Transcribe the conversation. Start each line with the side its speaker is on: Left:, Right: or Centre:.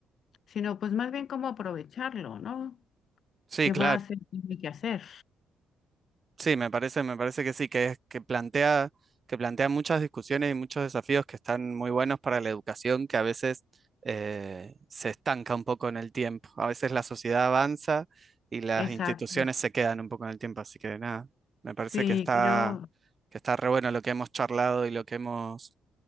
Left: sino pues más bien cómo aprovecharlo, ¿no?
Right: sí,
Left: ¿Qué
Right: claro.
Left: más se tiene que hacer?
Right: Sí, me parece, me parece que sí, que es, que plantea, que plantea muchas discusiones y muchos desafíos que están muy buenos para la educación, que a veces eh, se estanca un poco en el tiempo. A veces la sociedad avanza y las
Left: Exacto.
Right: instituciones se quedan un poco en el tiempo. Así que nada, me parece
Left: Sí,
Right: que está,
Left: creo,
Right: que está re bueno lo que hemos charlado y lo que hemos,